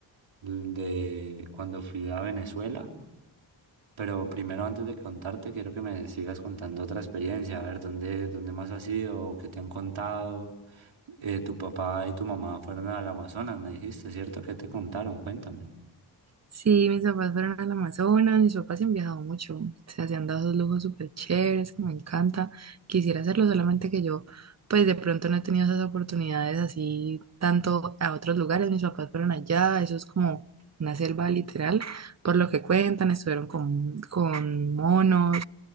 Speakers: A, on the right; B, on the right.
A: de cuando fui a Venezuela, pero primero antes de contarte, quiero que me sigas contando otra experiencia, a ver dónde, dónde más has ido, qué te han contado. Eh, tu papá y tu mamá fueron al Amazonas, me dijiste, ¿cierto? ¿Qué te contaron? Cuéntame.
B: Sí, mis papás fueron al Amazonas, mis papás se han viajado mucho, o sea, se han dado esos lujos súper chéveres que me encanta. Quisiera hacerlo, solamente que yo, pues de pronto no he tenido esas oportunidades así tanto a otros lugares. Mis papás fueron allá, eso es como una selva literal, por lo que cuentan, estuvieron con, con monos,